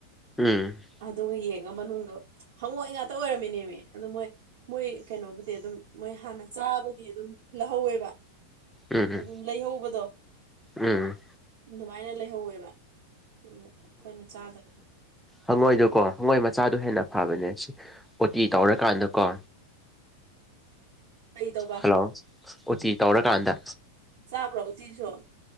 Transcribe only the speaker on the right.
ꯑꯗꯨꯒ ꯌꯦꯡꯉ ꯃꯅꯨꯡꯗꯣ ꯍꯪꯉꯣꯏꯏ ꯉꯥꯛꯇ ꯑꯣꯏꯔꯝꯃꯤꯅꯦꯃꯤ ꯑꯗꯨ ꯃꯣꯏ ꯃꯣꯏ ꯀꯩꯅꯣꯕꯨꯗꯤ ꯑꯗꯨꯝ ꯃꯣꯏ ꯍꯥꯟꯅ ꯆꯥꯕꯗꯤ ꯑꯗꯨꯝ ꯂꯧꯍꯧꯋꯦꯕ
ꯑꯗꯨꯝ ꯂꯩꯍꯧꯕꯗꯣ
ꯑꯗꯨꯃꯥꯏꯅ ꯂꯩꯍꯧꯋꯦꯕ ꯑꯩꯈꯣꯏꯅ ꯆꯥꯗꯕꯅꯤ
ꯀꯩ ꯇꯧꯕ
ꯆꯥꯕ꯭ꯔꯣ ꯆꯤꯁꯨꯣ